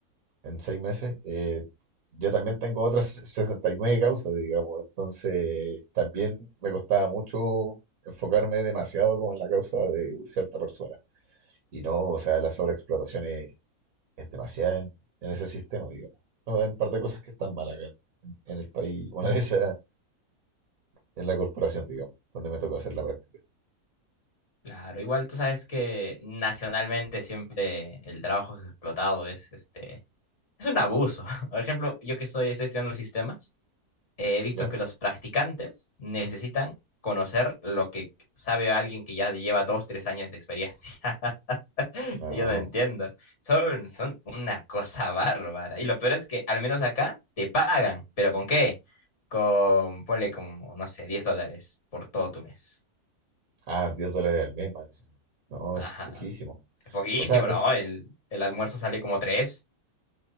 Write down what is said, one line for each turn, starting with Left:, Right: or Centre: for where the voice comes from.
Right: en seis meses. eh, yo también tengo otras <laughs> 69 causas, digamos, entonces también me costaba mucho enfocarme demasiado como en la causa de cierta persona. Y no, o sea, la sobreexplotación es, es demasiada en, en ese sistema, digamos. No, Hay un par de cosas que están mal acá en, en el país. <laughs> Una de esas es la corporación, digamos, donde me tocó hacer la práctica.
Left: Claro, igual tú sabes que nacionalmente siempre el trabajo es explotado, es este, es un abuso. <laughs> Por ejemplo, yo que estoy, estoy estudiando sistemas, eh, he visto
Right: ¿Ya?
Left: que los practicantes necesitan conocer lo que sabe alguien que ya lleva dos, tres años de experiencia. <laughs>
Right: No.
Left: Yo no entiendo. Son, son una cosa bárbara. Y lo peor es que al menos acá te pagan. ¿Pero con qué? Con, ponle como, no sé, 10 dólares por todo tu mes.
Right: Ah, 10 dólares al mes, más encima. No,
Left: Ajá.
Right: es poquísimo.
Left: Es poquísimo,
Right: O sea, el,
Left: ¿no? El, el almuerzo sale como 3.